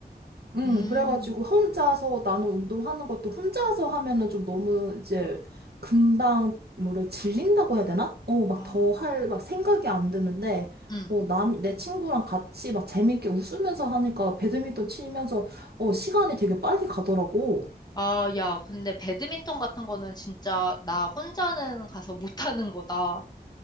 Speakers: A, on the right (about 75°); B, on the left (about 25°).
A: 음,
B: 음,
A: 그래가지고 혼자서 나는 운동하는 것도 혼자서 하면은 좀 너무 이제 금방 뭐래 질린다고 해야 되나? 어, 막
B: 아,
A: 더 할 막 생각이 안 드는데
B: 음.
A: 어, 남, 내 친구랑 같이 막 재밌게 웃으면서 하니까 배드민턴 치면서 어, 시간이 되게 빨리 가더라고.
B: 아, 야, 근데 배드민턴 같은 거는 진짜 나 혼자는 가서 <laughs> 못하는 거다.